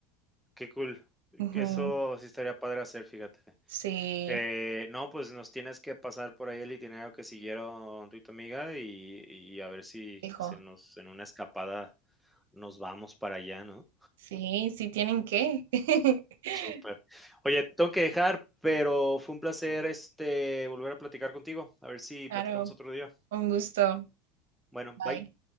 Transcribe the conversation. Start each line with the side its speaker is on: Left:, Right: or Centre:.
Centre: qué cool.
Right: Ujú,
Centre: Que eso sí estaría padre hacer, fíjate.
Right: Sí,
Centre: Eh, no, pues nos tienes que pasar por ahí el itinerario que siguieron tú y tu amiga y y a ver si
Right: hijo,
Centre: se nos en una escapada nos vamos para allá, ¿no?
Right: sí, sí tienen que. <laughs>
Centre: Súper. Oye, tengo que dejar, pero fue un placer, este, volver a platicar contigo. A ver si
Right: Claro,
Centre: platicamos otro día.
Right: un gusto.
Centre: Bueno,
Right: Bye.
Centre: bye.